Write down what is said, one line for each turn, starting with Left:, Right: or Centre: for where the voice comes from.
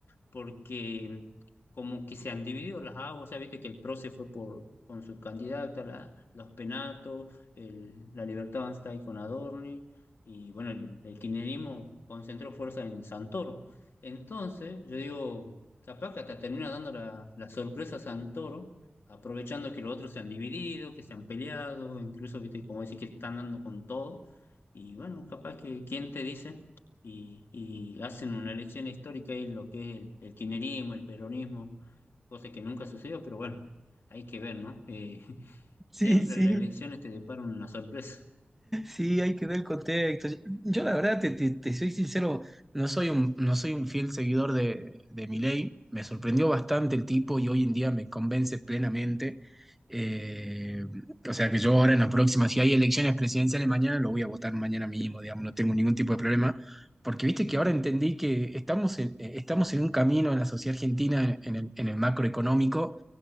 Left: Porque como que se han dividido las aguas, ¿sabés? Viste que el PRO se fue por, con su candidata, la- los Penatos, el- la Libertad Avanza ahí con Adorni, y bueno, el, el kirchnerismo concentró fuerza en Santoro. Entonces, yo digo, capaz que hasta termina dando la, la sorpresa a Santoro, aprovechando que los otros se han dividido, que se han peleado, incluso, ¿viste? Como decir que están dando con todo y bueno, capaz que quién te dice y, y hacen una elección histórica y lo que es el, el kirchnerismo, el peronismo, cosa que nunca sucedió, pero bueno, hay que ver, ¿no? Eh, <laughs>
Centre: Sí,
Left: siempre
Centre: sí.
Left: las elecciones te deparan una sorpresa.
Centre: Sí, hay que ver el contexto. Yo la verdad, te, te- te soy sincero, no soy un, no soy un fiel seguidor de, de Milei. Me sorprendió bastante el tipo y hoy en día me convence plenamente. Eh, o sea que yo ahora en la próxima, si hay elecciones presidenciales mañana, lo voy a votar mañana mismo, digamos, no tengo ningún tipo de problema. Porque viste que ahora entendí que estamos en, eh, estamos en un camino en la sociedad argentina, en el, en el macroeconómico